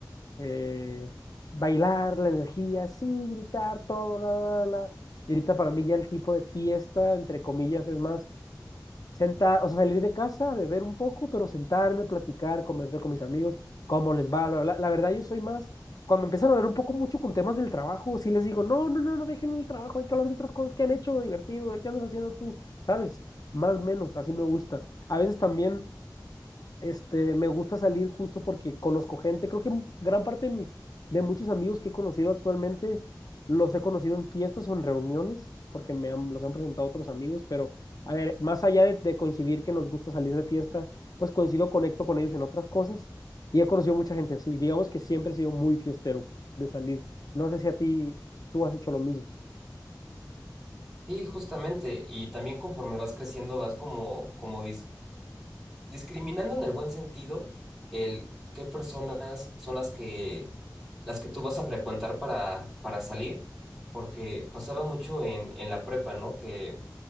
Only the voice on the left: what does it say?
eh, bailar, la energía, sí, gritar, todo, la, la, la. Y ahorita para mí ya el tipo de fiesta, entre comillas, es más sentar, o sea, salir de casa, beber un poco, pero sentarme, platicar, conversar con mis amigos, cómo les va, bla, bla, bla. La verdad, yo soy más, cuando empiezan a hablar un poco mucho con temas del trabajo, sí les digo, no, no, no, no dejen el trabajo, hay que hablar de otras cosas que han hecho divertido, ¿qué andas haciendo tú? ¿Sabes? Más o menos, así me gusta. A veces también este, me gusta salir justo porque conozco gente. Creo que gran parte de mis, de muchos amigos que he conocido actualmente, los he conocido en fiestas o en reuniones, porque me han- los han presentado otros amigos. Pero, a ver, más allá de, de coincidir que nos gusta salir de fiesta, pues coincido, conecto con ellos en otras cosas. Y he conocido mucha gente así. Digamos que siempre he sido muy fiestero, pues, de salir. No sé si a ti, tú has hecho lo mismo.